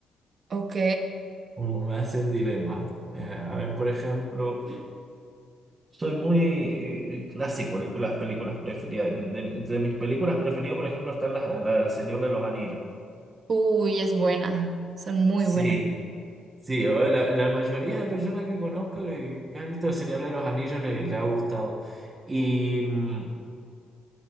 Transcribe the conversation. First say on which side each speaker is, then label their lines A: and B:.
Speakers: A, on the right; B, on the right.
A: Ok.
B: Como me hacen dilema. Eh, a ver, por ejemplo, soy muy eh, eh, clásico con las películas preferidas. De, entre mis películas preferidas, por ejemplo, están las, la del Señor de los Anillos.
A: Uy, es buena, son muy
B: Sí,
A: buenas.
B: sí, a ver, la, la mayoría de personas que conozco eh, que han visto El Señor de los Anillos le, le ha gustado. Y mm,